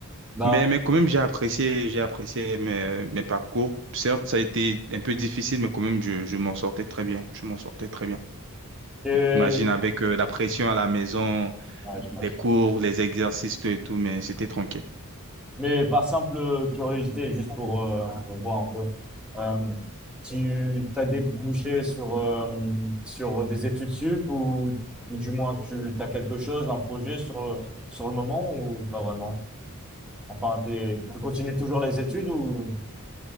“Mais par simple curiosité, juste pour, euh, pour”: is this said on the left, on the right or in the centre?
Centre